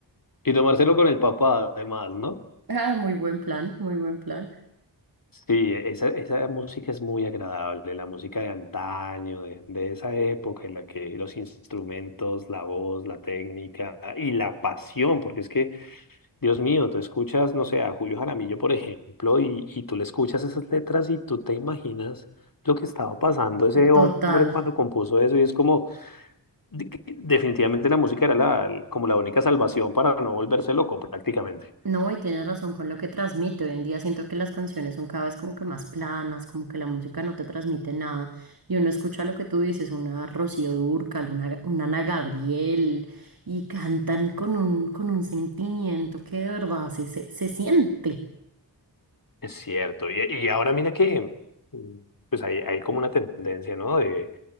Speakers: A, on the left (about 50°); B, on the right (about 55°).
A: Y tomárselo con el papá, además, ¿no?
B: Ah, muy buen plan, muy buen plan.
A: Sí, esa, esa música es muy agradable, la música de antaño, de, de esa época en la que los instrumentos, la voz, la técnica y la pasión, porque es que, Dios mío, tú escuchas, no sé, a Julio Jaramillo, por ejemplo, y, y tú le escuchas esas letras y tú te imaginas lo que estaba pasando ese hombre
B: Total.
A: cuando compuso eso y es como, de- que definitivamente la música era la, como la única salvación para no volverse loco prácticamente.
B: No, y tienes razón con lo que transmite. Hoy en día siento que las canciones son cada vez como que más planas, como que la música no te transmite nada. Y uno escucha lo que tú dices, una Rocío Dúrcal, una, una Ana Gabriel, y cantan con un, con un sentimiento que de verdad se, se, se siente.
A: Es cierto. Y, y ahora mira que mm, pues hay, hay como una tendencia, ¿no? De,